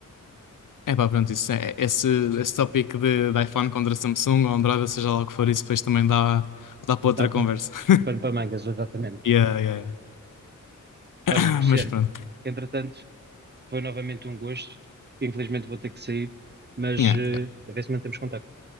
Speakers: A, on the left; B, on the right.
A: é pá, pronto, isso é, esse, esse tópico de, de iPhone contra Samsung ou Android, ou seja lá o que for, isso depois também dá, dá para outra
B: Dá
A: conversa.
B: pano,
A: <laughs>
B: pano para mangas, exatamente.
A: Yeah, yeah, yeah.
B: Olha, Cristiano,
A: <coughs> Mas pronto.
B: entretanto, foi novamente um gosto. Infelizmente vou ter que sair, mas
A: Yeah,
B: eh,
A: yeah.
B: a ver se mantemos contacto.